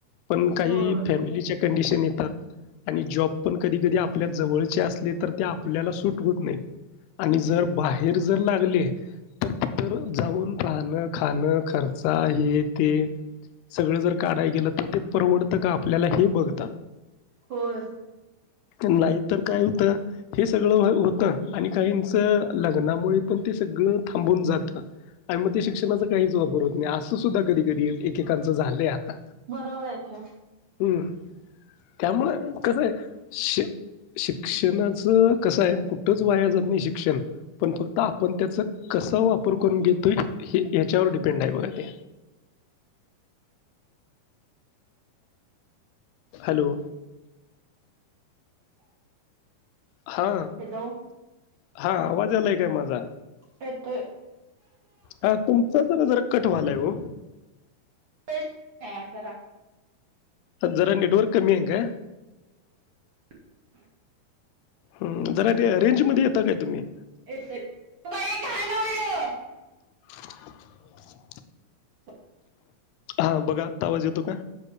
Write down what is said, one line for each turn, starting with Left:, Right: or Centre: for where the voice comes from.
Left: पण काही
Right: होय
Left: फॅमिलीच्या कंडिशन येतात आणि जॉब पण कधी -कधी आपल्या जवळ चे असले तर आपल्याला सूट होत नाहीत आणि जर बाहेर जर लागले, तर, तर जाऊन राहणं, खाणं, खर्चा, हे ते सगळं जर काढाय गेलं तर, ते परवडतं का आपल्याला हे बघतात.
Right: होय
Left: नाहीतर काय हुतं, हे सगळं हो होतं आणि काहींचं लग्नामुळे पण ते सगळं थांबून जातं. आणि मग ते शिक्षणाचा काहीच वापर होत नाही, असं सुद्धा कधी-कधी एकेकांचं झालंय आता.
Right: बरोबर आहे की,
Left: हम् त्यामुळं कसं आहे श शिक्षणाचं कसं आहे कुठंच वाया जात नाही शिक्षण पण फक्त आपण त्याच, कसा वापर करून घेतोय हे ह्याच्यावर डिपेंड आहे बघा ते. हॅलो हा
Right: हॅलोे
Left: हा आवाज आलाय काय माझा?
Right: येतोय
Left: ह तुमचा जरा जरा कट व्हायलाय ओ
Right: <unintelligible> घरात
Left: जरा नेटवर्क कमी आहे का
Right: <unintelligible>
Left: ह म् जरा र रेंजमध्ये येता काय तुम्ही
Right: येते त का हे काणवडलो <unintelligible>
Left: <unintelligible>
Right: <unintelligible>
Left: हा बघा आता आवाज येतो का